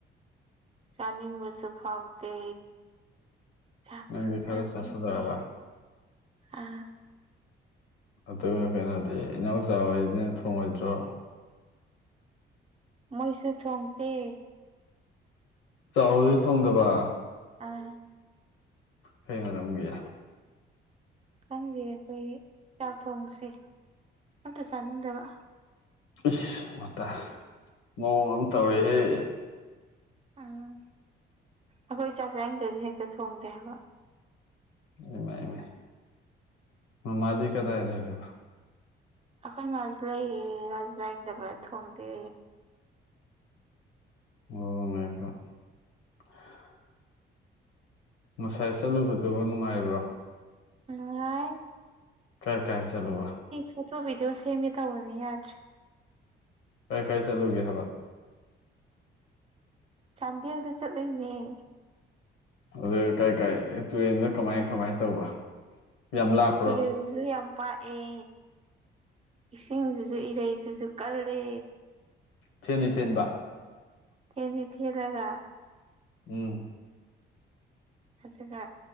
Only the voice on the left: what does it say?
ꯅꯪꯗꯤ
ꯈꯔ ꯆꯥꯁꯤꯜꯂꯛꯑꯕ
ꯑꯗꯨꯒ ꯀꯩꯅꯣꯗꯤ ꯏꯅꯥꯎꯆꯥ ꯑꯣꯏꯅ ꯊꯣꯡꯉꯣꯏꯗ꯭ꯔꯣ
ꯆꯥꯎꯕꯖꯨ ꯊꯣꯡꯗꯕ
ꯀꯩ ꯃꯔꯝꯒꯤ
ꯏꯁꯁ ꯃꯇ ꯃꯑꯣꯡ ꯑꯃ ꯇꯧꯔꯦꯍꯦ
ꯏꯃꯥꯏ ꯏꯃꯥꯏ ꯃꯃꯥꯗꯤ ꯀꯗꯥꯏ ꯂꯩꯒ꯭ꯔꯕ
ꯑꯣ ꯃꯥꯏ ꯒ‌ꯣꯗ <unintelligible> ꯉꯁꯥꯏ ꯆꯠꯂꯨꯕꯗꯨ ꯅꯨꯡꯉꯥꯏꯕ꯭ꯔꯣ
ꯀꯥꯏ ꯀꯥꯏ ꯆꯠꯂꯨꯕ
ꯀꯥꯏ ꯀꯥꯏ ꯆꯠꯂꯨꯒꯦ ꯍꯥꯏꯕ
ꯑꯗꯨ ꯀꯥꯏ ꯀꯥꯏ ꯇꯨꯔꯦꯟꯗ ꯀꯃꯥꯏ ꯀꯃꯥꯏꯅ ꯇꯧꯕ ꯌꯥꯝ ꯂꯥꯞ
ꯊꯦꯟꯗꯤ ꯊꯦꯟꯕ
ꯎꯝ